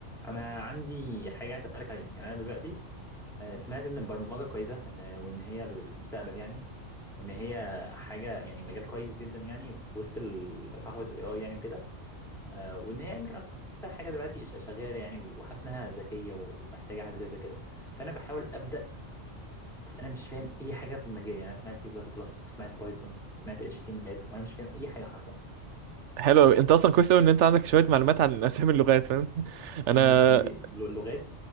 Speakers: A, in the centre; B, on the right.
A: انا عندي حاجه عايز اسالك عليها يعني انا دلوقتي آه، سمعت ان البرمجه كويسه آه، وان هي المستقبل يعني وان هي حاجه يعني مجال كويس جدا يعني في وسط ال- صحوه الاي اي يعني وكده آه، وان هي يمكن اكتر حاجه دلوقتي ش- شغاله يعني وحاسس انها ذكيه ومحتاجه حاجه زي كده فانا بحاول ابدا بس انا مش فاهم اي حاجه في المجال يعني انا سمعت سي بلس بلس وسمعت بايثون وسمعت اتش تي ام ال وانا مش فاهم اي حاجه حرفيا
B: حلو قوي انت اصلا كويس قوي ان انت عندك شويه معلومات عن اسامي اللغات فاهمني <laughs> انا
A: امم دي ل- لغات